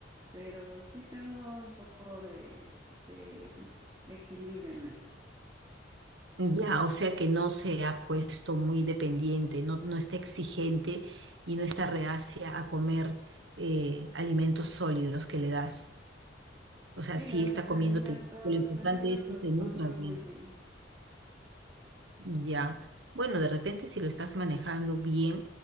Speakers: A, on the right; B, on the right.
A: pero sí tengo un poco de, de equilibrio en eso.
B: Ya, o sea que no se ha puesto muy dependiente, no, no está exigente y no está reacia a comer eh, alimentos sólidos que le das. O sea,
A: Sí,
B: sí
A: los
B: está
A: alimentos
B: comiendo, te- lo importante
A: sólidos
B: es
A: los
B: que se
A: come
B: nutra
A: muy
B: bien.
A: bien.
B: Ya, bueno, de repente si lo estás manejando bien